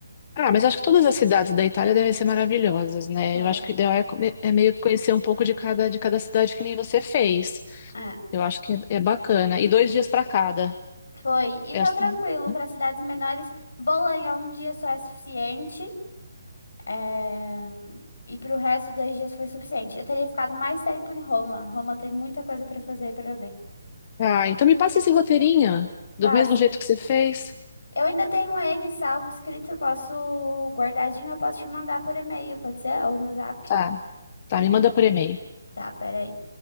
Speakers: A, on the left (about 25°); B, on the left (about 70°).
A: Ah, mas acho que todas as cidades da Itália devem ser maravilhosas, né?
B: Então,
A: Eu acho que o ideal é, come- é meio que conhecer um pouco de cada, de cada cidade que nem você fez.
B: é.
A: Eu acho que é é bacana. E dois dias para cada.
B: Foi. E deu
A: É assim,
B: tranquilo
A: né?
B: para cidades menores. Bolonha um dia só é suficiente. É... E pro resto, dois dias foi suficiente. Eu teria ficado mais tempo em Roma. Roma tem muita coisa para fazer e para ver.
A: Ah, então me passa esse roteirinho,
B: Passo.
A: do mesmo jeito que você fez.
B: Eu ainda tenho ele salvo, escrito, posso guardadinho, eu posso te mandar por e-mail, pode ser? Ou no zap.
A: Tá, tá, me manda por e-mail.
B: Tá, peraí.